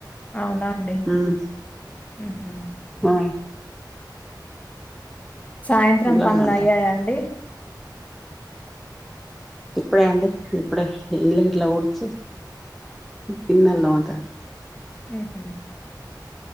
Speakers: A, on the left (about 20°); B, in the centre.
A: అవునా అండి
B: ఉమ్
A: ఉహుం
B: ఆ
A: సాయంత్రం
B: ఇంట్లోనే
A: పనులు
B: ఉన్నారు
A: అయ్యాయండి
B: ఇప్పుడే అండి ఇప్పుడే ఇలు గట్లా ఊడిచి గిన్నెలు తోమ్మాలి
A: ఆహామ్